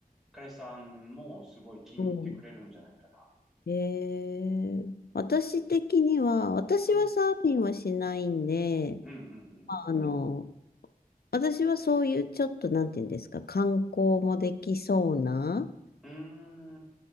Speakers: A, in the centre; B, on the left.
A: 彼氏さんもすごい気に入ってくれるんじゃないかな。
B: うん。へえ。私的には、私はサーフィンはしないんで、
A: うん、うん、うん、
B: まああの、私はそういうちょっと、なんていうんですか、観光もできそうな、
A: うん。うーん、